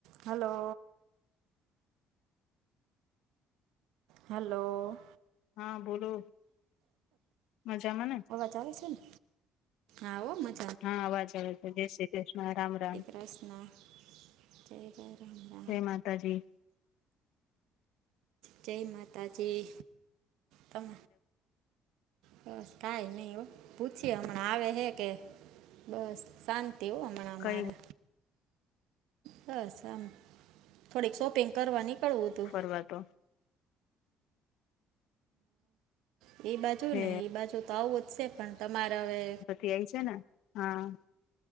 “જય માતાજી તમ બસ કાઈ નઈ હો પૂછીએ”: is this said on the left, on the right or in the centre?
Right